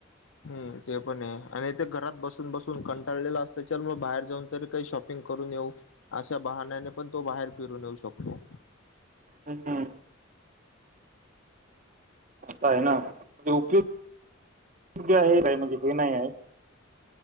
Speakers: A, on the left (about 70°); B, on the right (about 40°).
A: हम्म ते पण आहे आणि ते घरात बसून बसून कंटाळाअस त्या बाहेर जाऊन त काही शॉपिंग अशा बहाना क पण तो बाहेर फिरून येऊ शकतो
B: हम्म. आता आहे ना उपयगोग आहे काय म्हणजे हे नाही आहे